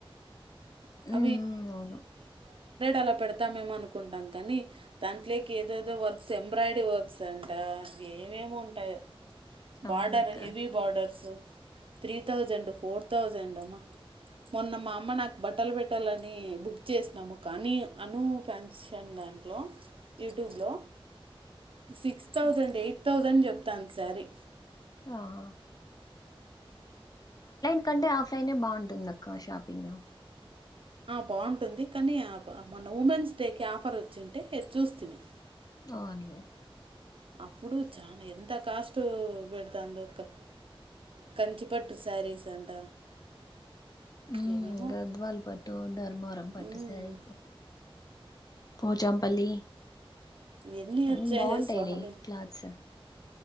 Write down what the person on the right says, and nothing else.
<unintelligible>
అలా పెడతామేమో అనుకుంటాం కానీ దాంట్లోకి ఏదేదో వర్క్స్ ఎంబ్రాయిడరీ వర్క్స్ అంట ఏమేమి ఉంటాయో
బార్డర్ Heavy borders three thousand four thousand అ మొన్న మా అమ్మ నాకు బట్టలు పెట్టాలని బుక్ చేసినాము కానీ అనూ ఫ్యాన్క్షన్ దాంట్లో యూట్యూబ్లో six Thousand
eight thousand చెప్ తాంది సారీ
బాగుంటుంది కానీ మన ఉమెన్స్ డేకి ఆఫర్ వచ్చింటే చూస్తని
అప్పుడు చాలా ఎంత కాస్ట్ పెడతాందొ అక్క కంచిపట్టు శారీస్ అంట
ఏమేమో
మ్మ్.
ఎన్ని
వచ్చాయో
స్వామి